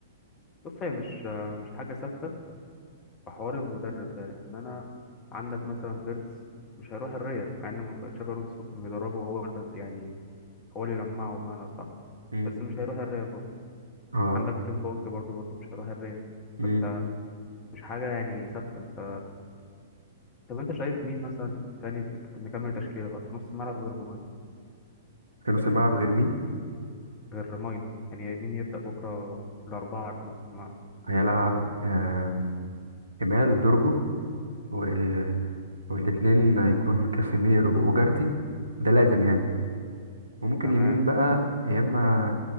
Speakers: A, on the left; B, on the right.
A: بص هي مش آه، مش حاجه ثابته في حوار المدرب ده ان انا عندك مثلا فيرتس مش هيروح الريال مع ان تشابي الونسو كان بيدربه وهو يعني هو اللي لمعه بمعنى صح
B: مم.
A: بس مش هيروح الريال برضه
B: اه
A: عندك فريمبونج برضه برضه مش هيروح الريال فانت
B: مم.
A: مش حاجة يعني ثابتة انت طب انت شايف مين مثلا تاني في... نكمل تشكيلة بقى في نص الملعب غير ماينو
B: كانوا سماعة بغير مين
A: غير ماينو يعني مين يبدأ بكرة الأربعة اللي في نص الملعب
B: هيلعب آه كمال دورجو و... والاتنين هيكون كاسيميرو وأوجارتي ده لازم يعني وممكن
A: تمام
B: يمين بقى يا إما